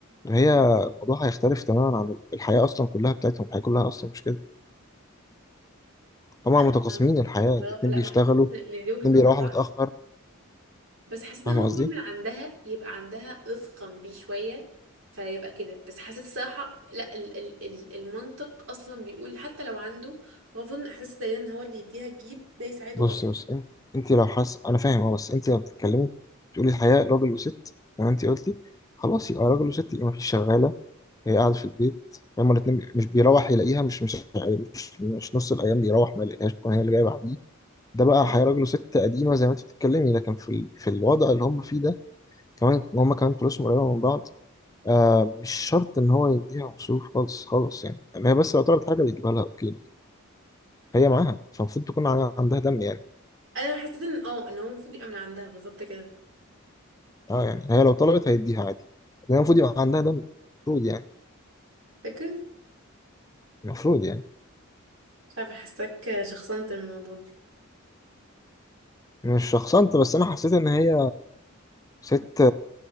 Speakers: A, on the left; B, on the right.
A: هي الموضوع هيختلف تماما عن الحياة أصلا كلها بتاعتهم الحياة كلها أصلا مش كده هما
B: لا
A: متقاسمين
B: ما
A: الحياة
B: بصراحه
A: الاتنين
B: لا
A: بيشتغلوا
B: ما حسيت ان إن دي وجهه
A: الاتنين
B: نظر
A: بيروحوا
B: صح
A: متأخر
B: بس حسيت
A: فاهم
B: ان هو المفروض
A: قصدي؟
B: من عندها يبقى عندها رفقا بيه شويه فيبقى كده بس حسيت الصراحه لا ال ال ال المنطق اصلا بيقول حتى لو عنده هو المفروض إن احساس دايما ان هو اللي يديها تجيب ده يساعده
A: بص
B: اصلا
A: بص انت انت لو حاسة أنا فاهم أه بس انت لو بتتكلمي تقولي الحياة راجل وست زي ما انت قلتي خلاص يبقى راجل وست يبقى مفيش شغالة هي قاعدة في البيت هما الاتنين بي- مش بيروح يلاقيها مش مش مش, مش نص الأيام بيروح ما يلاقيهاش تكون هي اللي جاية بعديه ده بقى
B: مم.
A: هيراجلوا ست قديمة زي ما انت بتتكلمي لكن في ال... في الوضع اللي هم فيه ده كمان هم كمان فلوسهم قريبة من بعض آه مش شرط ان هو يديها مصروف خالص خالص يعني ما هي بس لو طلبت حاجة بيجيبها لها اوكي لكن هي معاها فالمفروض تكون ع- عندها دم يعني
B: انا حسيت ان اه ان هو المفروض يبقى من عندها بالظبط كده
A: اه يعني هي لو طلبت هيديها عادي لكن المفروض يبقى عندها دم المفروض يعني
B: فاكر
A: المفروض يعني
B: مش عارفه حاساك شخصنت الموضوع
A: مش شخصنت بس انا حسيت ان هي ست